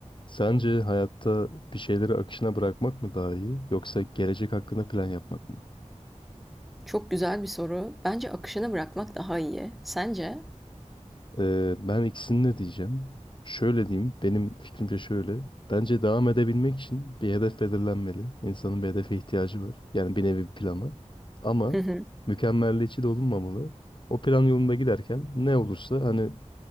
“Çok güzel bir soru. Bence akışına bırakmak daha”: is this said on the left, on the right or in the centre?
Centre